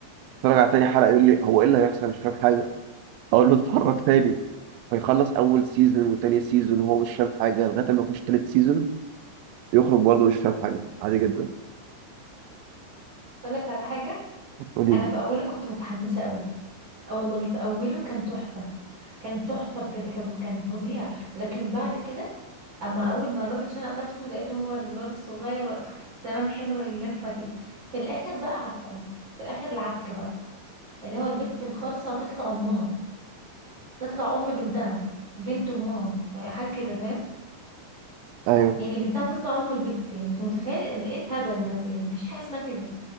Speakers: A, on the right; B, on the right.
A: اتفرج على تاني حلقه يقول لي هو ايه اللي هيحصل مش فاهم حاجه اقول له اتفرج تاني فيخلص اول سيزون وتاني سيزون وهو مش فاهم حاجه لغايه ما يخش تالت سيزون يخرج برضه مش فاهم حاجة عادي جدا
B: اقول لك على حاجه
A: قولي
B: انا
A: لي
B: في اوله كنت متحمسه قوي اه والله في اوله كان تحفه كان تحفه بجد كان كان فظيع لكن بعد كده اما اول ما الراجل شنق نفسه لقيته هو الواد الصغير و... تمام حلو اللفه دي في الاخر بقى عكه في الاخر العك بقى اللي هو البت الخرصه هتطلع امها تطلع ام بنتها بنت امها حاجه كده فاهم
A: أيوه
B: يعني بنتها تطلع ام البت يعني انت متخيل إن ايه الهبل ده يعني مفيش حاجه اسمها كده